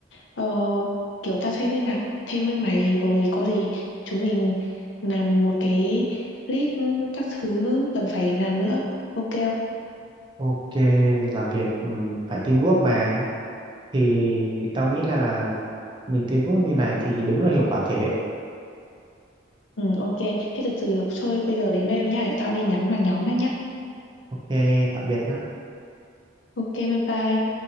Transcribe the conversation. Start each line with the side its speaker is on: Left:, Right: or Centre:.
Left: ờ, kiểu tao sẽ liên lạc thêm với mày rồi có gì chúng mình làm một cái list các thứ cần phải làm nữa. Ok không?
Right: Ok, làm việc ừ, phải teamwork mà. Thì tao nghĩ là mình teamwork như này thì đúng là hiệu quả thiệt đấy.
Left: Ừ, ok. Thế từ từ thôi bây giờ đến đây rồi nha, để tao đi nhắn vào nhóm đã nhá.
Right: Ok, tạm biệt nhá.
Left: Ok, bye bye.